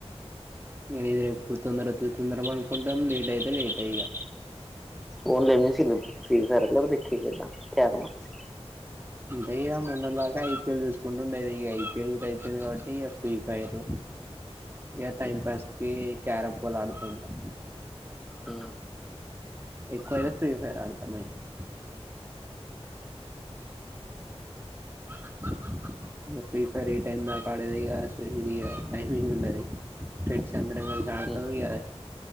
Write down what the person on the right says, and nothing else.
ఇక నిదర ఎప్పుడు తొందర తొందరగ పనుకుంటాం లేట్ అయితే లేటే ఇగ
అంటే ఇక మొన్నటి దాకా ఐపీఎల్ చూసుకుంటూ ఉండేది ఇక ఐపీఎల్ కూడ అయిపోయింది కాబట్టి ఇక ఫ్రీ ఫైర్ ఇక టైం
పాస్కి క్యారం పూల్ ఆడుతుంటా
ఎక్కువైతే ఫ్రీ ఫైర్ అడుత మాఇంట్లో <inaudible> ఇగ ఫ్రీ ఫైర్ ఏ టైమ్ దాకా ఆడేదిక ఇది టైమింగ్ ఉండది ఫ్రెండ్స్ అందరం కలిసి ఆడతాం
ఇక